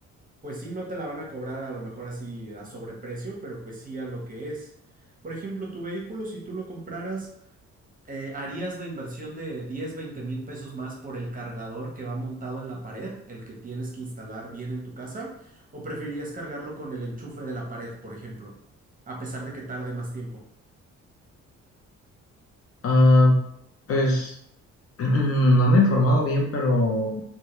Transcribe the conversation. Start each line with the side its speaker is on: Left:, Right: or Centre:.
Right: pues sí, no te la van a cobrar a lo mejor así a sobreprecio, pero pues sí a lo que es. Por ejemplo, tu vehículo, si tú lo compraras... eh, ¿harías la inversión de 10, 20 mil pesos más por el cargador que va montado en la pared, el que tienes que instalar bien en tu casa? ¿O preferirías cargarlo con el enchufe de la pared, por ejemplo? A pesar de que tarde más tiempo.
Left: Ah, pues <clears throat> no me he informado bien, pero